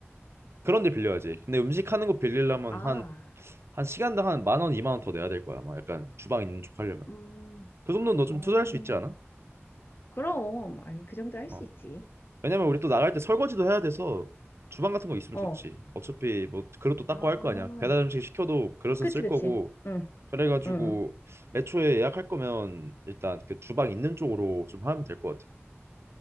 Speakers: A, on the right; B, on the left.
A: 그런 데 빌려야지. 근데 음식 하는 거 빌리려면
B: 아,
A: 한 한 시간당 한 만 원, 이만 원 더 내야 될 거야. 막 약간 주방 있는 쪽 하려면.
B: 음,
A: 그 정도는 너 좀
B: 어,
A: 투자할 수 있지 않아?
B: 그럼, 아니, 그 정도 할
A: 어.
B: 수 있지.
A: 왜냐면 우리 또 나갈 때 설거지도 해야 돼서 주방 같은 거 있으면
B: 어,
A: 좋지. 어차피 뭐 그릇도 닦고
B: 아,
A: 할 거 아니야. 배달 음식 시켜도 그릇은
B: 그치,
A: 쓸
B: 그치.
A: 거고.
B: 응,
A: 그래가지고
B: 응.
A: 애초에 예약할 거면 일단 그 주방 있는 쪽으로 좀 하면 될 것 같아.